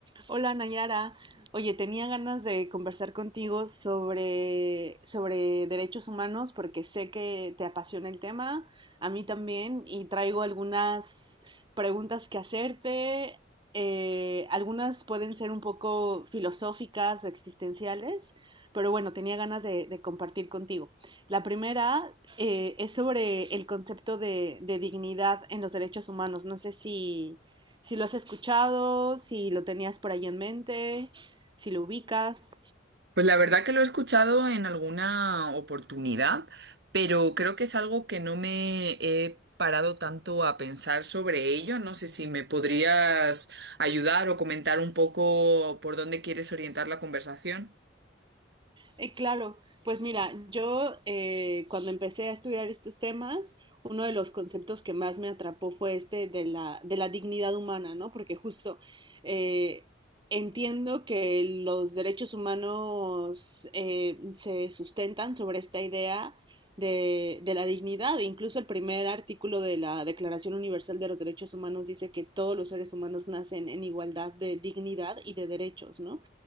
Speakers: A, on the right; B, on the right.
A: Hola Nayara. Oye, tenía ganas de conversar contigo sobre, sobre derechos humanos porque sé que te apasiona el tema, a mí también, y traigo algunas preguntas que hacerte. Eh, algunas pueden ser un poco filosóficas o existenciales, pero bueno, tenía ganas de, de compartir contigo. La primera eh, es sobre el concepto de, de dignidad en los derechos humanos. No sé si si lo has escuchado, si lo tenías por ahí en mente, si lo ubicas.
B: Pues la verdad que lo he escuchado en alguna oportunidad, pero creo que es algo que no me he parado tanto a pensar sobre ello. No sé si me podrías ayudar o comentar un poco por dónde quieres orientar la conversación.
A: Eh, claro, pues mira, yo eh, cuando empecé a estudiar estos temas, uno de los conceptos que más me atrapó fue este de la, de la dignidad humana, ¿no? Porque justo eh, entiendo que los derechos humanos eh, se sustentan sobre esta idea de, de la dignidad. E Incluso el primer artículo de la Declaración Universal de los Derechos Humanos dice que todos los seres humanos nacen en igualdad de dignidad y de derechos, ¿no?